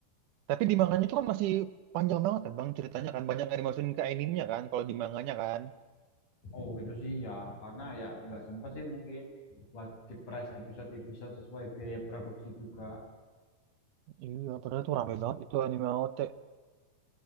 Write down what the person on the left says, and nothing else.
Oh gitu sih ya, karena ya nggak sempat sih mungkin buat di press episode-episode sesuai biaya produksi juga.